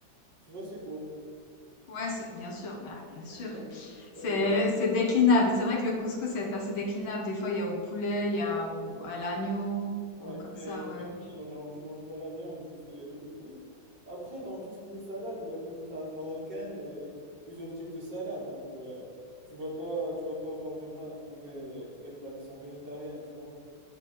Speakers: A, on the right; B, on the left.
A: Tu vois, c'est quoi?
B: Ouais, c'est- bien sûr, bah, bien
A: <laughs>
B: sûr. C'est, c'est déclinable. C'est vrai que le couscous est assez déclinable. Des fois, il y a au poulet, il y a au,
A: Euh,
B: à l'agneau, au,
A: Ouais,
B: comme
A: mais
B: ça,
A: tu peux
B: ouais.
A: prendre, genre, tu manges pas la viande, juste euh, le couscous. Après, dans tout ce qui est salade, il y a plusieurs salades marocaines et plusieurs types de salades. Donc, euh, tu vas pas, tu vas pas avoir de mal à trouver des plats qui sont végétariens, tu vois.